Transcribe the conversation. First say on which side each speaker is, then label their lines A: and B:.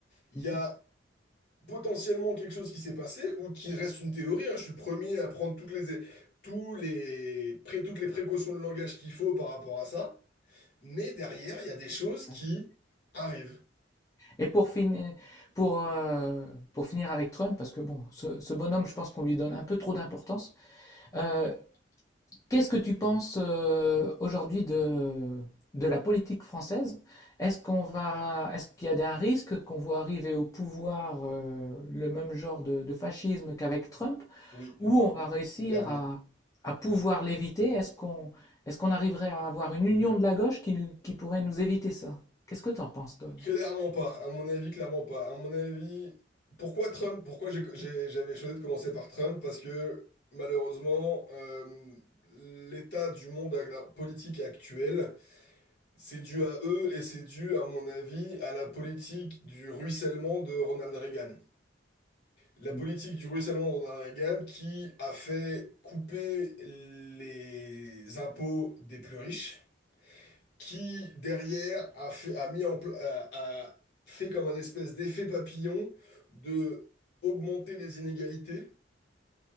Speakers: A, on the left; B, on the left.
A: Il
B: <laughs>
A: y a potentiellement quelque chose qui s'est passé ou qui reste une théorie. hein. Je suis le premier à prendre toutes les, tous les, pré- toutes les précautions de langage qu'il faut par rapport à ça. Mais derrière, il y a des choses qui
B: Mhm.
A: arrivent.
B: Et pour, fin- pour, euh, pour finir avec Trump, parce que bon, ce, ce bonhomme, je pense qu'on lui donne un peu trop d'importance, euh, qu'est-ce que tu penses euh, aujourd'hui de, de la politique française? Est-ce qu'on va, est-ce qu'il y a un risque qu'on voit arriver au pouvoir euh, le même genre de, de fascisme qu'avec Trump,
A: Oui,
B: ou on va réussir
A: clairement.
B: à, à pouvoir l'éviter? Est-ce qu'on, est-ce qu'on arriverait à avoir une union de la gauche qui, nous- qui pourrait nous éviter ça? Qu'est-ce que tu en penses, toi?
A: Clairement pas. À mon avis, clairement pas. À mon avis, pourquoi Trump? Pourquoi j'ai- j'ai- j'avais choisi de commencer par Trump? Parce que malheureusement, euh, l'état du monde agla- politique actuel C'est dû à eux et c'est dû, à mon avis, à la politique du ruissellement de Ronald Reagan. La politique
B: Mm.
A: du ruissellement de Ronald Reagan qui a fait couper les impôts des plus riches, qui derrière a fait, a mis en pla- a, a fait comme un espèce d'effet papillon de augmenter les inégalités,